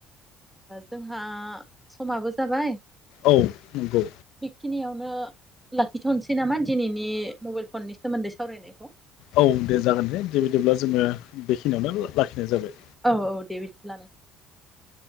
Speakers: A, in the centre; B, on the left.
A: जोंहा समाबो जाबाय
B: औ नंगौ
A: बेखिनियावनो लाखिथ'नसै नामा दिनैनि मबाइल फननि सोमोन्दै सावरायनायखौ
B: औ दे जागोन दे दे बिदिब्ला जोङो बेखिनियावनो लाखिनाय जाबाय
A: औ औ दे बिदिब्ला